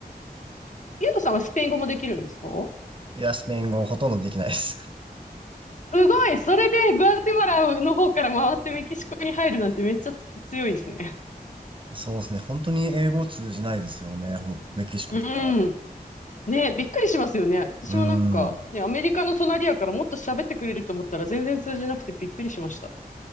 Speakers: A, on the left; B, on the right.
A: ゆうとさんはスペイン語もできるんですか
B: う。いや、スペイン語ほとんどできないです。
A: すごいそれでグアテマラの方から回ってメキシコに入るなんてめっちゃつ強いですね。
B: <laughs> そうですね。本当に英語通じないですよね。ほんメキシコとか。
A: うん。ね、びっくりしますよね。私もなんか、
B: うーん。
A: ね、アメリカの隣やからもっと喋ってくれると思ったら全然通じなくてびっくりしました。